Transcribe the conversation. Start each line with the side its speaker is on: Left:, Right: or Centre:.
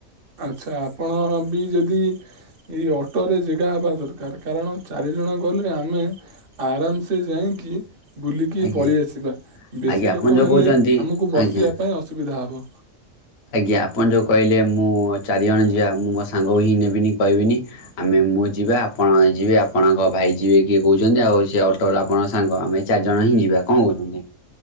Right: ଆଚ୍ଛା ଆପଣ ବି ଯଦି ଏଇ ଅଟୋରେ ଜେଗା ହେବା ଦରକାର କାରଣ। ଚାରି ଜଣ ଗଲେ ଆମେ ଆରାମ ସେ ଯାଇଁକି ବୁଲିକି
Left: ଆଜ୍ଞା
Right: ପଳେଇ ଆସିବା। ବେଶୀ
Left: ଆଜ୍ଞା ଆପଣ
Right: ଲୋକ
Left: ଯୋଉ
Right: ହେଲେ
Left: କହୁଛନ୍ତି
Right: ଆମକୁ ବସିବା
Left: ଆଜ୍ଞା
Right: ପାଇଁ ଅସୁବିଧା ହବ।
Left: ଆଜ୍ଞା ଆପଣ ଯୋଉ କହିଲେ ମୁଁ ଚାରି ଜଣ ଯିଆ ମୁଁ ମୋ ସାଙ୍ଗକୁ ହିଁ ନେବିନି କହିବିନି ଆମେ ମୁଁ ଯିବା ଆପଣ ଯିବେ ଆପଣଙ୍କ ଭାଇ ଯିବେ କିଏ କହୁଛନ୍ତି ଆଉ ସେ ଅଟୋ ବାଲା ଆପଣଙ୍କ ସାଙ୍ଗ ଆମେ ଚାରିଜଣ ହିଁ ଯିବା କଣ କହୁଛନ୍ତି।